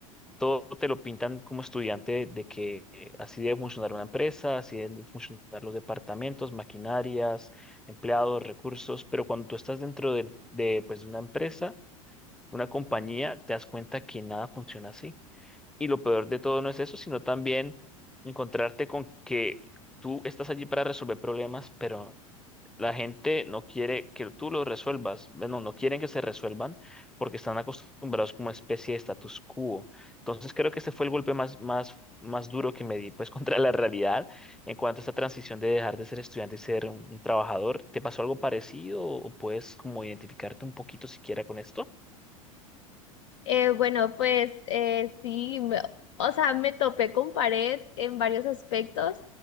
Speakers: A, in the centre; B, on the left (about 60°).
A: todo te lo pintan como estudiante de que eh, así debe funcionar una empresa, así deben funcionar los departamentos, maquinarias, empleados, recursos, pero cuando tú estás dentro del- de, pues, de una empresa, una compañía, te das cuenta que nada funciona así. Y lo peor de todo no es eso, sino también encontrarte con que tú estás allí para resolver problemas, pero la gente no quiere que tú lo resuelvas, bueno, no quieren que se resuelvan porque están acostumbrados como una especie de status quo. Entonces creo que este fue el golpe más, más, más duro que me di, pues <laughs> contra la realidad en cuanto a esta transición de dejar de ser estudiante y ser un, un trabajador. ¿Te pasó algo parecido o puedes como identificarte un poquito siquiera con esto?
B: Eh, bueno, pues eh, sí, me- o sea, me topé con pared en varios aspectos,